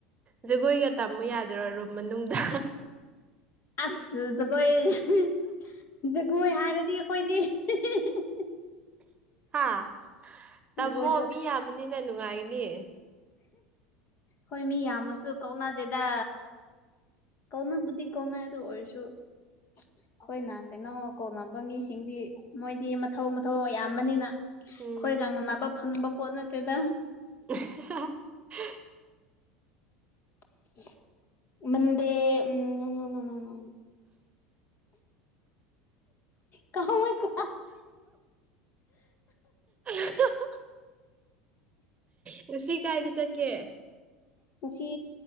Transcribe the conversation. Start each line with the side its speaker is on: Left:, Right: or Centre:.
Right: ꯖꯒꯣꯏꯒ ꯇꯝꯃꯨ ꯌꯥꯗ꯭ꯔꯣ ꯔꯨꯝ ꯃꯅꯨꯡꯗ
Left: ꯑꯁ ꯖꯒꯣꯏ <unintelligible> ꯖꯒꯣꯏ ꯍꯥꯏꯔꯗꯤ ꯑꯩꯈꯣꯏꯗꯤ <unintelligible>
Right: ꯍꯥ ꯇꯝꯃꯣ
Left: ꯖꯒꯣꯏꯗꯣ
Right: ꯃꯤ ꯌꯥꯝꯕꯅꯤꯅ ꯅꯨꯡꯉꯥꯏꯅꯤ
Left: ꯍꯣꯏ ꯃꯤ ꯌꯥꯝꯃꯁꯨ ꯀꯧꯅꯗꯦꯗ ꯀꯧꯅ ꯕꯨꯗꯤ ꯀꯧꯅ ꯑꯗꯨ ꯑꯣꯏꯔꯁꯨ ꯑꯩꯈꯣꯏꯅ ꯀꯩꯅꯣ ꯀꯧꯅꯕ ꯃꯤꯁꯤꯡꯗꯤ ꯃꯣꯏꯗꯤ ꯃꯊꯧ ꯃꯊꯧ ꯑꯌꯥꯝꯕꯅꯤꯅ ꯑꯩꯈꯣꯏꯒ
Right: ꯎꯝ
Left: ꯉꯅꯕ ꯐꯪꯕ ꯄꯣꯠ ꯅꯠꯇꯦꯗ
Right: <unintelligible>
Left: <inaudible> ꯃꯟꯗꯦ ꯎꯝ ꯎꯅꯅ ꯀꯥꯎꯋꯦ <unintelligible>
Right: ꯑ <unintelligible> ꯅꯨꯡꯁꯤ ꯀꯥꯏꯗ ꯆꯠꯀꯦ
Left: ꯉꯁꯤ